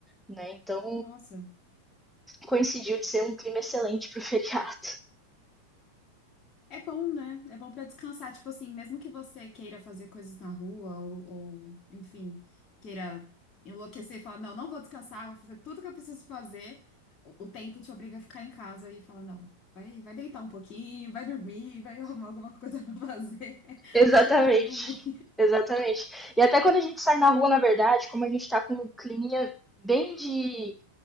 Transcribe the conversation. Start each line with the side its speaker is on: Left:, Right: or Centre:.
Centre: né? Então
Left: Nossa.
Centre: coincidiu de ser um clima excelente para o <laughs> feriado.
Left: É bom, né? É bom pra descansar. Tipo assim, mesmo que você queira fazer coisas na rua ou, ou, enfim, queira enlouquecer e falar, não, não vou descansar, vou fazer tudo que eu preciso fazer. O, o tempo te obriga a ficar em casa e fala, não, vai, vai deitar um pouquinho, vai dormir, vai <laughs> arrumar alguma coisa pra fazer, <laughs>
Centre: Exatamente,
Left: assistir um filme.
Centre: exatamente. E até quando a gente sai na rua, na verdade, como a gente tá com um climinha bem de